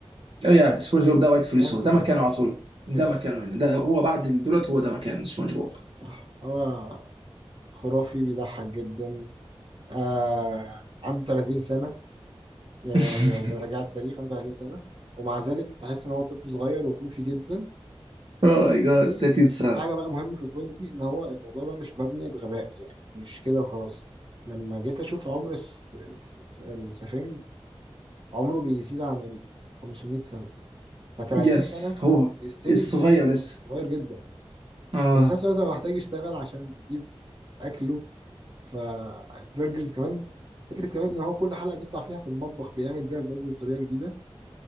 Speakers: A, on the right; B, on the right.
A: اه يا سبونج بوب ده وايت فلوس
B: يس
A: هو
B: تو
A: ده
B: بي
A: مكانه على طول ده
B: يس
A: مكانه هنا ده هو بعد دولت هو ده مكان سبونج بوب
B: صح هو خرافي بيضحك جدا آه عنده 30 سنة يعني
A: <laughs>
B: لو لو رجعت التاريخ 35 سنة ومع ذلك تحس إن هو طفل صغير وجوفي جدا
A: اوه ماي جاد
B: وحاجة
A: <laughs> ده تنسى
B: بقى مهمة في البوينت دي إن هو الموضوع ده مش مبني بغباء يعني مش كده وخلاص لما جيت أشوف عمر الس... الس... السفنج عمره بيزيد عن ال 500 سنة ف 30
A: يس
B: سنة
A: فهو
B: ستيل
A: الصغير
B: كده
A: لسه
B: صغير جدا
A: اه
B: بس في نفس الوقت هو محتاج يشتغل عشان يجيب أكله فالبرجرز كمان فكرة كمان إن هو كل حلقة بيطلع فيها في المطبخ بيعمل بيها البرجر بطريقة جديدة